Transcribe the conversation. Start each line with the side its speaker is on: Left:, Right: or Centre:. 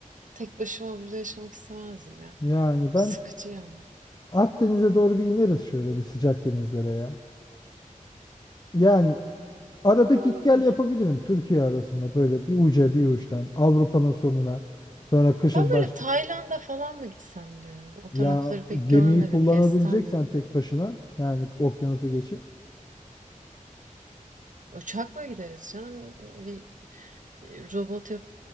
Right: tek başıma burada yaşamak istemezdim ya.
Left: Yani ben
Right: Sıkıcı yani.
Left: Akdeniz'e doğru bir ineriz şöyle bir sıcak denizlere ya. Yani arada git
Right: Aa, olabilir.
Left: gel yapabilirim Türkiye arasında böyle bir uca bir uçtan Avrupa'nın sonuna sonra kışın
Right: Ben böyle
Left: başka
Right: Tayland'a falan mı gitsem diyorum. O
Left: Ya
Right: tarafları pek
Left: gemiyi
Right: görmedim.
Left: kullanabileceksen
Right: Gezsem ben.
Left: tek başına yani okyanusu geçip
Right: Uçakla gideriz canım. Bir robot yap